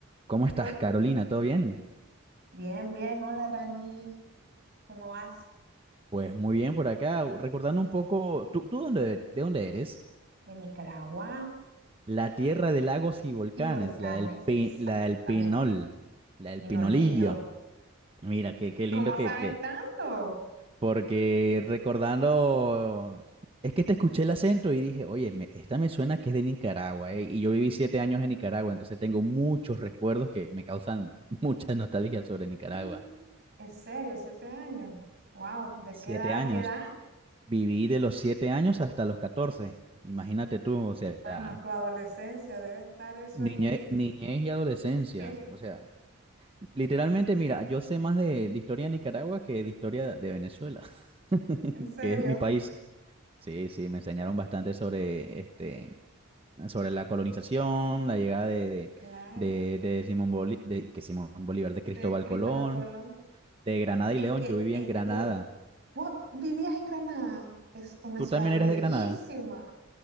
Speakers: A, on the right; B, on the right.
A: ¿Cómo estás,
B: Hol-
A: Carolina? ¿Todo bien?
B: Bien, bien. Hola, Randy. ¿Cómo vas?
A: Pues muy bien por acá. Recordando un poco, ¿tú, tú dónde, e- de dónde eres?
B: De Nicaragua
A: La tierra de lagos y volcanes,
B: y volcanes,
A: la del, pi-
B: exactamente.
A: la del Pinol, la del
B: Pinolillo.
A: Pinolillo. Mira, qué, qué
B: ¿Cómo
A: lindo que,
B: sabes
A: que...
B: tanto?
A: Porque recordando, es que te escuché el acento y dije, oye, me- esta me suena que es de Nicaragua, ¿eh? Y yo viví siete años en Nicaragua, entonces tengo muchos recuerdos que me causan <laughs> mucha nostalgia sobre Nicaragua.
B: Mm. En serio, siete años. Wow, ¿de
A: Siete
B: qué edad
A: años.
B: a qué edad?
A: Viví de los 7 años hasta los 14. Imagínate tú, o sea,
B: Bueno, tu adolescencia debe estar eso
A: niñe-
B: ahí.
A: niñez, y adolescencia.
B: Sí,
A: O sea, literalmente, mira, yo sé más de, de historia de Nicaragua que de historia de Venezuela, <laughs>
B: en serio.
A: que es mi país. Sí, sí, me enseñaron bastante sobre, este, sobre la colonización, la llegada de,
B: Claro,
A: de, de, de Simón Bolí- de, que Simón Bolívar, de
B: de
A: Cristóbal
B: Cristóbal
A: Colón,
B: Colón.
A: de Granada
B: Es
A: y León.
B: que,
A: Yo vivía
B: es
A: en Granada.
B: que, vos vivías en Granada. Es una
A: ¿Tú
B: ciudad
A: también eres
B: bellísima.
A: de Granada?